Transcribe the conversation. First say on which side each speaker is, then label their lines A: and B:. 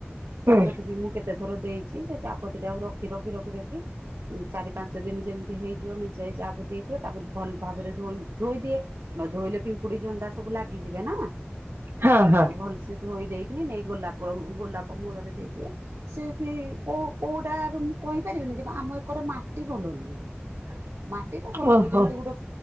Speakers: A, on the right; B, on the right.
A: ହୁଁ
B: ଚାପତି ବି ମୁଁ କେତେ ଥର ଦେଇଛି ସେ ଚାପତି ଟା ଆଉ ରଖି ରଖି ରଖି ରଖି। ଚାରି ପାଞ୍ଚ ଦିନି ଯେମିତି ହେଇଯିବ ମେଞ୍ଚାଏ ଚା ପତି ହେଇଯିବ ତାକୁ ଭଲ ଭାବରେ ଧୋଇ ଧୋଇ ଦିଏ ନ ଧୋଇଲେ ପିମ୍ପୁଡି ଜନ୍ଦା ସବୁ ଲାଗିଯିବେ ନା। ସେ
A: ହଁ ହଁ
B: ତାକୁ ଭଲସେ ଧୋଇ ଦେଇକିନି ନେଇ ଗୋଲାପ ଗୋଲାପ ମୂଳରେ ଦେଇଦିଏ ସେ ବି କଉ କଉଟା ର କହିପାରିବିନି କିନ୍ତୁ ଆମ ଏକର ମାଟି ଭଲ ନୁହ।
A: <inaudible>
B: ମାଟିଟା ଭଲ
A: ଓହୋ
B: ନୁହେ ଯେମିତି ଗୁଟେ।